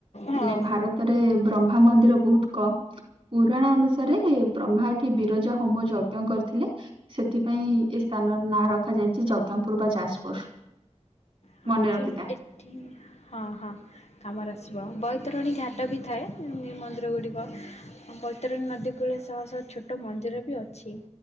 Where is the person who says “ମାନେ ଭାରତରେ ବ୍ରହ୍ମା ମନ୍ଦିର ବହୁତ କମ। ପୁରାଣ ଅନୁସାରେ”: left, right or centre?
Right